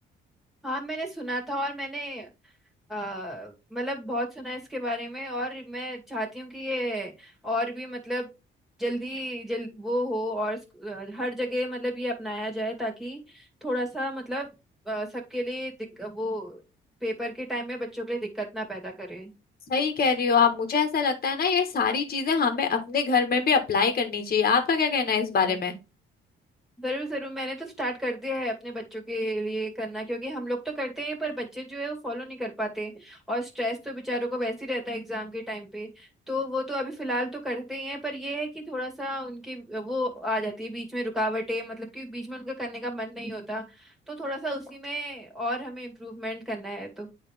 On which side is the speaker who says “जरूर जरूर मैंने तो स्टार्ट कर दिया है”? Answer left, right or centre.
Centre